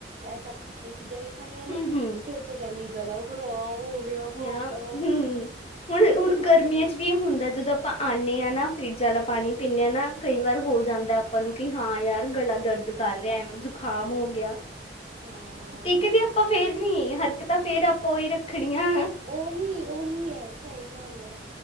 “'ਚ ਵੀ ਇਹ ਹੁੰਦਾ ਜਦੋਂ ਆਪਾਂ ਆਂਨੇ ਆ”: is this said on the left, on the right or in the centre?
Left